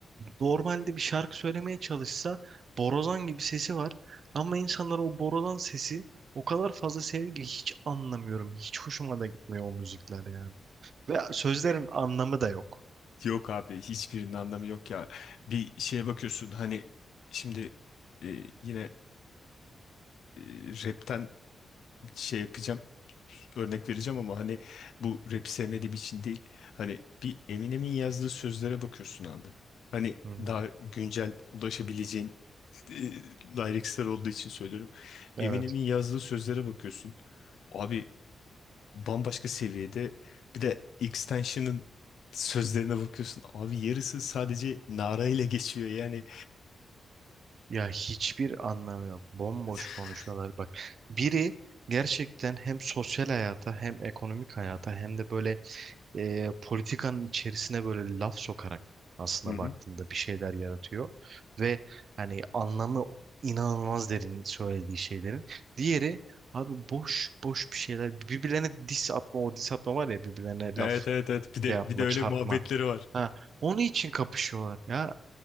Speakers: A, on the right (about 65°); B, on the left (about 80°).
A: normalde bir şarkı söylemeye çalışsa borazan gibi sesi var ama insanlar o borazan sesi o kadar fazla seviyor ki hiç anlamıyorum. Hiç hoşuma da gitmiyor o müzikler yani. Ve sözlerin anlamı da yok.
B: Yok abi hiçbirinin anlamı yok ya. Bir şeye bakıyorsun hani şimdi e, yine e, rapten şey yapacağım. örnek vereceğim ama hani bu rap sevmediğim için değil. Hani bir Eminem'in yazdığı sözlere bakıyorsun abi. Hani
A: Hı hı.
B: daha güncel ulaşabileceğin e, lyricsler olduğu için söylüyorum.
A: Evet.
B: Eminem'in yazdığı sözlere bakıyorsun. Abi bambaşka seviyede. Bir de Xtension'ın sözlerine bakıyorsun. Abi yarısı sadece narayla geçiyor yani.
A: Ya hiçbir anlamı yok. Bomboş
B: <laughs>
A: konuşuyorlar bak. Biri gerçekten hem sosyal hayata hem ekonomik hayata hem de böyle e, politikanın içerisine böyle laf sokarak aslında
B: Hı hı.
A: baktığında bir şeyler yaratıyor. Ve hani anlamı inanılmaz derin söylediği şeylerin. Diğeri abi boş boş bir şeyler birbirlerine diss atma o diss atma var ya birbirlerine
B: Evet
A: laf
B: evet evet. Bir de
A: şey yapma
B: bir de öyle
A: çarpma.
B: muhabbetleri var.
A: Ha, onun için kapışıyorlar ya.